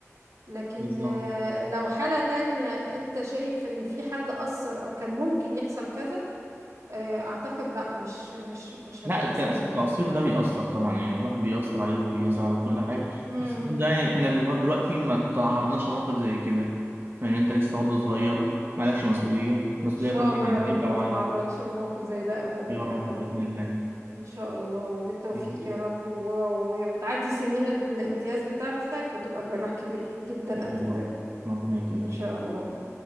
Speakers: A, on the right; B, on the right.
A: لكن
B: بالظبط
A: آه، لو حالة تانية أنت شايف إن في حد أثر أو كان ممكن يحصل كذا آه، أعتقد لا مش مش مش
B: لا
A: هتتساهل
B: الت- التقصير
A: يعني
B: ده بيأثر طبعا يعني الواحد بيأثر عليه وبيزعل وكل حاجة
A: امم
B: بس الحمد لله يعني إحنا لغاية دلوقتي ما تعرضناش لموقف زي كده يعني أنت لسه برضه صغير معلكش مسؤولية
A: إن
B: المسؤولية
A: شاء
B: كلها
A: الله
B: عن
A: يا رب
B: عيب
A: ما
B: أو عن
A: تتعرضش لموقف زي ده أبدا
B: يا رب
A: أبدا
B: بإذن الله
A: ان شاء الله وبالتوفيق
B: يعني
A: يا رب و... و... وتعدي سنين الامتياز بتاعتك وتبقى جراح كبير جدا
B: يا
A: قد الدنيا
B: رب ربنا يكرمك
A: ان شاء الله